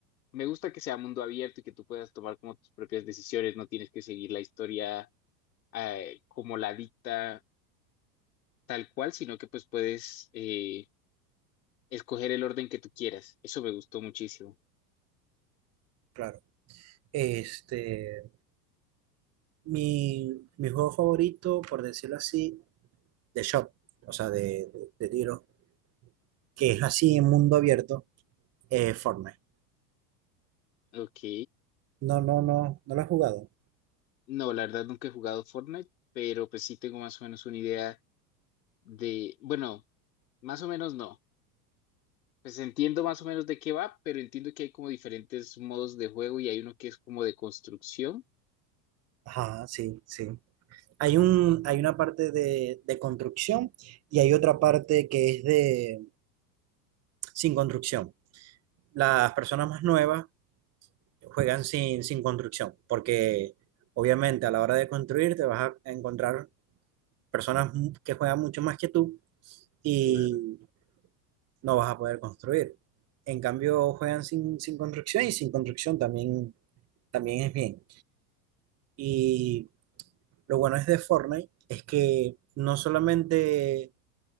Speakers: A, on the left (about 85°); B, on the right (about 30°).
A: Me gusta que sea mundo abierto y que tú puedas tomar como tus propias decisiones, no tienes que seguir la historia eh, como la dicta tal cual, sino que pues puedes eh, escoger el orden que tú quieras. Eso me gustó muchísimo.
B: claro. Este, mi, mi juego favorito, por decirlo así, de shop, o sea, de, de, de tiro, que es así en mundo abierto, es Fortnite.
A: Ok.
B: No, no, no, no lo he jugado.
A: No, la verdad nunca he jugado Fortnite, pero pues sí tengo más o menos una idea de, bueno, más o menos no. Pues entiendo más o menos de qué va, pero entiendo que hay como diferentes modos de juego y hay uno que es como de construcción.
B: Ajá, sí, sí. Hay un, hay una parte de, de construcción y hay otra parte que es de sin construcción. Las personas más nuevas juegan sin, sin construcción, porque obviamente a la hora de construir te vas a encontrar personas mu- que juegan mucho más que tú y
A: Claro.
B: no vas a poder construir. En cambio, juegan sin, sin construcción y sin construcción también, también es bien. Y lo bueno es de Fortnite es que no solamente